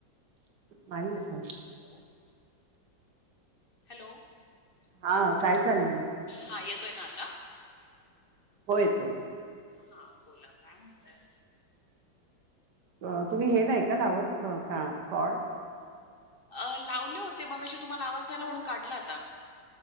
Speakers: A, on the right (about 65°); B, on the left (about 60°).
A: नाही येतंय.
B: Hello hello.
A: हां काय चाललंय?
B: हां येतोय ना आता?
A: हो येतो येतोय.
B: हां बोला काय म्हणताय?
A: अ तुम्ही हे नाही का लावत का कॉड?
B: अ लावले होते मगाशी तुम्हाला आवाज नाही आला म्हणून काढल आता.